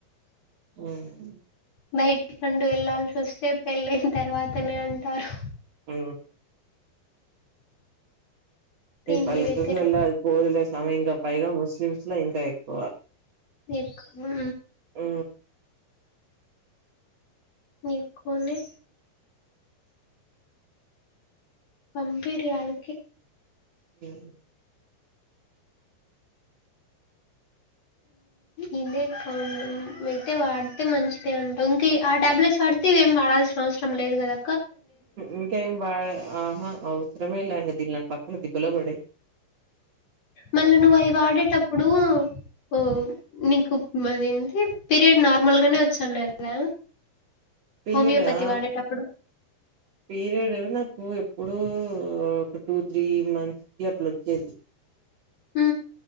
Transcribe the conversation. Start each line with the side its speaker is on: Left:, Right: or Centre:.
Right: అవును
Left: బయటికి అంటూ వెళ్లాల్సి వస్తే పెళ్ళయిన తర్వాతనే అంటారు
Right: ఊ ఈ
Left: ఇంటి
Right: పల్లెటూర్లుల్లా
Left: దగ్గరే
Right: అది పోదులే సామీ ఇంకా పైగా ముస్లిమ్స్ లో ఇంకా ఎక్కువ
Left: ఎక్ మా
Right: ఊ
Left: నీకూ నే పంపీరు యాడికీ
Right: ఏ
Left: ఉ దే కా అయితే వాడితే మంచిదే అంటాం ఇంకా ఆ టాబ్లెట్స్ వాడితేవేం వాడాల్సిన అవసరం లేదు కదా
Right: ఇంకా వా ఆహా అవసరమేలా క దీ నని పక్కన దిబ్బలోబడే
Left: మళ్ళీ నువ్వు అవి వాడేటప్పుడు ఓ నీకు అదేంటి పీరియడ్ నార్మల్గానే వచ్చిన్న కదా
Right: పీరియడా?
Left: హోమయోపతి వాడేటాప్పుడు
Right: పీరియడ్ నాకు ఎప్పుడుూ ఒక టూ త్రీ మంత్స్ కి అట్లా వచ్చేది
Left: ఉ